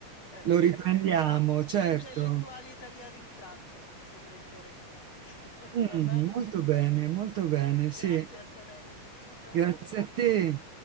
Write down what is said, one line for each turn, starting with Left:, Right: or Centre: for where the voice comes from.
Left: eh,
Right: Lo
Left: gli,
Right: riprendiamo,
Left: inte- gli
Right: certo.
Left: intellettuali italiani in Francia, che mi sembra interessante. <laughs>
Right: Mm,
Left: Va bene?
Right: molto bene, molto bene,
Left: Grazie
Right: sì.
Left: Antonella. Ciao ciao.
Right: Grazie a te.